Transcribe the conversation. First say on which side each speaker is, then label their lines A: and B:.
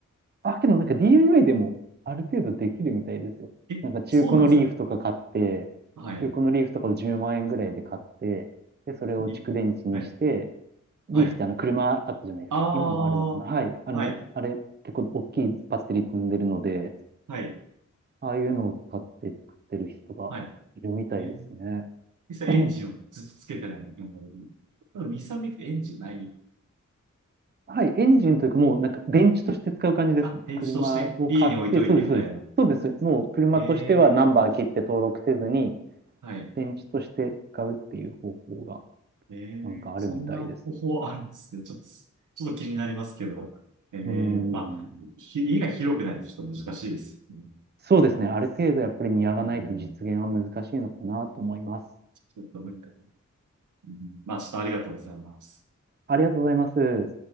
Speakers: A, on the right (about 35°); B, on the right (about 75°).
A: あ、けどなんか DIY でもある程度できるみたいですよ。
B: え、
A: なんか中古のリーフとか買って、
B: そうなんですかはい。
A: 中古のリーフとかを10万円ぐらいで買って、で、それを蓄電池にして、
B: いはい。
A: リーフってあの車あったじゃないですか。
B: はい。あ
A: 今もあるのかな。はい。
B: あ、
A: あの、
B: はい。
A: あれ、結構大きいバッテリー積んでるので、
B: はい。
A: ああいうのを使って作ってる人がいるみたいですね。
B: はい。えー、実際エンジンをずっとつけてない時もいる。
A: <clears throat> うん
B: 多分、日産見てエンジンない。
A: はい。エンジンというかもうなんか電池として使う感じですね。
B: あ、電池として家に置いといてみたいな。
A: 車を買って、そうです、そうです。そうです。もう車としてはナンバー切って登録せずに、
B: ねえ、はい。
A: 電池として使うっていう方法が
B: え
A: なんかあるみたいです。
B: えそんな方法あるんですね。ちょっと、ちょっと気になりますけど。ええまあ、
A: うーん。
B: ひ家が広くないとちょっと難しいですよね。
A: そうですね。ある程度やっぱりニアがないと実現は難しいのかなと思います。
B: うん、ちょっと無理かな。うん、まあ、ちょっとありがとうございます。
A: ありがとうございます。